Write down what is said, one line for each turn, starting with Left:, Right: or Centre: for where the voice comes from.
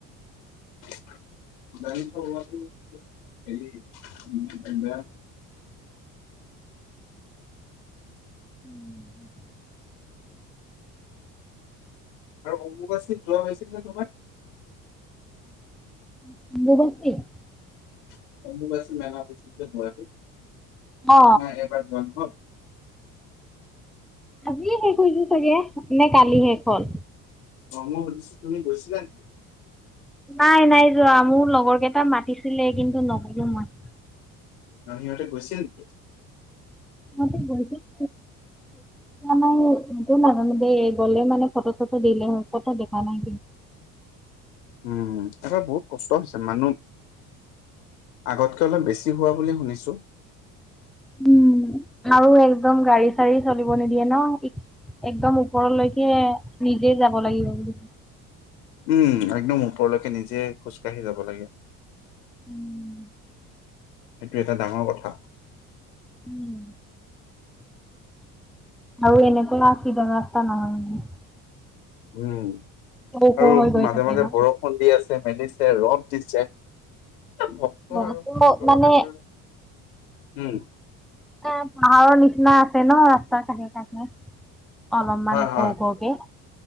Left: <unintelligible> <unintelligible>
Centre: <inaudible>
Left: আৰু অম্বুবাচিত যোৱা হৈছিল নে তোমাৰ।
Centre: <unintelligible>
Left: নাই এইবাৰ যোৱা
Centre: অ
Left: নহল।
Centre: আজিয়ে শেষ হৈছে চাগে নে কালিয়ে শেষ হ'ল।
Left: অম্বুবাচীত তুমি গৈছিলা নেকি।
Centre: নাই -নাই যোৱা মোৰ লগৰ কেইটা মাতিছিলে কিন্তু নগ'লো মই।
Left: মামিহতে গৈছিল নেকি।
Centre: মই গৈছোৱা নাই সেইটো মানু গ'লে মানে ফটো চ <unintelligible> দিলেও ফটো দেখা নাই।
Left: উম, এবাৰ বহুত কষ্ট হৈছে মানুহ আগতকে অলপ বেছি হোৱা বুলি শুনিছো।
Centre: উম আৰু একদম গাড়ী চাড়ী চলিব নিদিয়ে ন। একদম ওপৰলৈকে নিজেই যাব লাগিব বুলি।
Left: উম, একদম ওপৰলৈকে নিজে খোজকাাঢ়ি যাব লাগে।
Centre: <inaudible>
Left: এইটো এটা ডাঙৰ কথা।
Centre: উম। আৰু এনেকুৱা কিবা এটা নহয়।
Left: উম,
Centre: ওখ
Left: আৰু
Centre: হৈ গৈ
Left: মাজে-
Centre: থাকে
Left: মাজে
Centre: ন
Left: বৰষুণ দি আছে মেলিছে ৰদ দিছে। ভক্ত আৰু
Centre: আকৌ
Left: ভক্ত
Centre: মানে
Left: বিলাকৰ উম।
Centre: এ পাহাৰৰ নিচিনা আছে ন ৰাস্তাৰ কাষে - কাষে। অলপমান
Left: হয়
Centre: ওখ
Left: হয়
Centre: - ওখকে